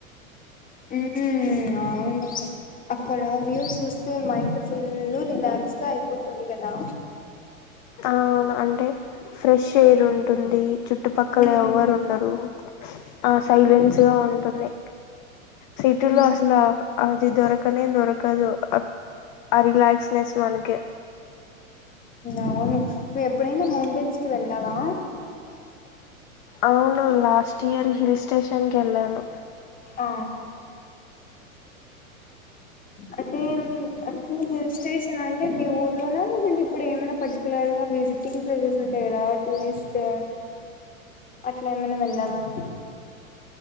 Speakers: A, on the left; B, on the left.
A: మ్మ్ అవును అక్కడ వ్యూవ్స్ చూ మైండ్ ఫుల్ రిలాక్స్ గా అయిపోతుంది కదా
B: అవును అంటే ఫ్రెష్ ఎయిర్ ఉంటుంది. చు చుట్టుపక్కల
A: మ్మ్
B: ఎవరు ఉండరు ఆ సైలెన్స్
A: మ్మ్
B: గా ఉంటుంది. సిటీలో
A: మ్మ్
B: అసలు అది దొరకనే దొరకదు ఆ రిలాక్స్నెస్ మనకి
A: అవును నువ్వు ఎప్పుడైనా మౌంటైన్స్ కి వెళ్ళవా
B: అవును లాస్ట్ ఇయర్ హిల్ స్టేషన్ కెళ్ళను
A: ఆ అంటే అంటే హిల్ స్టేషన్ అంటే మీ ఊరిలోన లేకుంటే ఇప్పుడు ఏమైనా పర్టికలర్ గా విజిటింగ్ ప్లేసెస్ ఉంటాయి కదా టూరిస్ట్ అట్లా ఏమైనా వెళ్ళాలావా